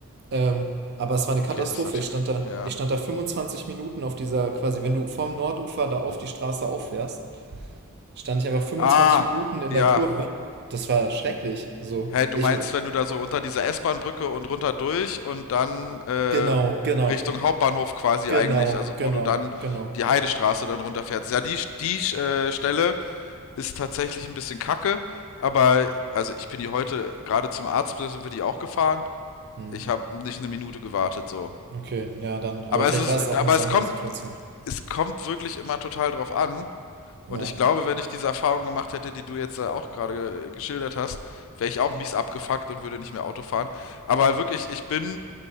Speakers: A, on the right (about 45°); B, on the left (about 60°).
A: Ähm, aber es war eine
B: Okay,
A: Katastrophe.
B: das ist natürlich,
A: Ich stand da,
B: ja.
A: ich stand da 25 Minuten auf dieser, quasi, wenn du vom Nordufer da auf die Straße auffährst, stand ich einfach fünfundzwanzig
B: Ah,
A: Minuten in
B: ja,
A: der Kurve. Das war schrecklich. So,
B: Hey, du
A: ich,
B: meinst, wenn du da so unter dieser S-Bahn-Brücke und runter durch und dann äh,
A: genau, genau,
B: Richtung Hauptbahnhof quasi
A: genau,
B: eigentlich, also
A: genau,
B: wo du dann
A: genau.
B: die Heidestraße dann runterfährst. Ja, die, die äh, Stelle ist tatsächlich ein bisschen kacke, aber also ich bin die heute gerade zum Arzt, da sind wir die auch gefahren.
A: Hm.
B: Ich habe nicht eine Minute gewartet so.
A: Okay, ja, dann. Aber
B: Aber
A: vielleicht
B: es ist,
A: war es auch
B: aber
A: eine Sondersituation.
B: es kommt, es kommt wirklich immer total drauf an.
A: Ja.
B: Und ich glaube, wenn ich diese Erfahrung gemacht hätte, die du jetzt äh, auch gerade äh, geschildert hast, wäre ich auch mies abgefuckt und würde nicht mehr Auto fahren. Aber wirklich, ich bin